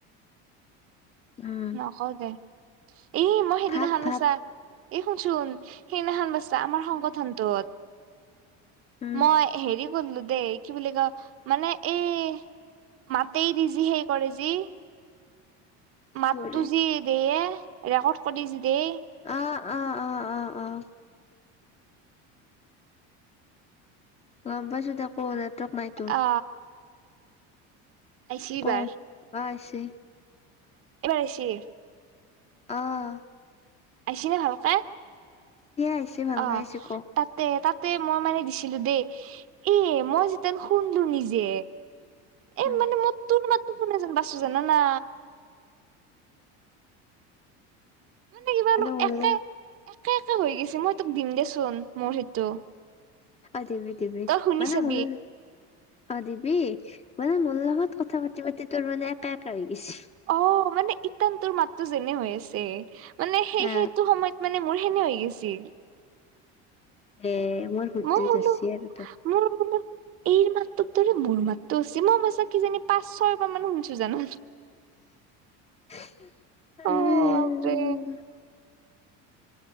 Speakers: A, on the left; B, on the right.
A: উম
B: নকও দে। এ মই সেইদিনাখন্বছা
A: ভাব ভাব
B: এই শুনচোন সেইদিনাখনান বছা আমাৰ সংগঠনটোত
A: উম উম
B: মই হেৰি কৰিলো দেই কি বুলি ক মানে এই মাতেই দি যি সেই কৰে যি
A: কি
B: মাতো
A: কৰে
B: যি দেই ৰেকৰ্ড কৰিছি দেই
A: অ অ', অ', অ', অ', গম পাইছোকৌ নেটৱক নাই তোৰ।
B: অ আহিছি এইবাৰ
A: অ, আইছে।
B: এইবাৰ আইছি।
A: অহ ',
B: আইছি না ভালকে?
A: আইছে ভালকে
B: অ
A: আইছে ক
B: তাতে তাতে মই মানে দি। <unintelligible> দেই এ মই যিতিান শুনলো নিজে। এই
A: উম
B: মানে মই তোৰো মাতো শুনে যেন বাচো জানানা। মানে কিবালো
A: মোৰ
B: একে।
A: লগত
B: একে একে হৈ গৈছে মই তোক দিম দেচোন মোৰ সেইটো।
A: অ দিবিবি দিবি
B: তই শুনি
A: মানে
B: চাবি
A: মই। অ দিবি মানে মোৰ লগত কথা পাতি পাতি তোৰ মানে একে একে হৈ গৈছে।
B: অ মানে ইটানটোৰ মাতো যেনে হৈ আছে। মানে সেই
A: অ
B: সেইটো সময়ত মানে মোৰ। সেনে হৈ গৈছিল।
A: এ মোৰ ভূতটোৱে
B: মলবোলো
A: ধৰছি আৰু তোক
B: মলবোলো এই মাতটোততৰে মোৰ মাতটো হৈছে মই মইছা কি জানি পাঁচ ছয় বাৰ মানো শুনিছো জানো।
A: হম‌
B: অ বাপৰে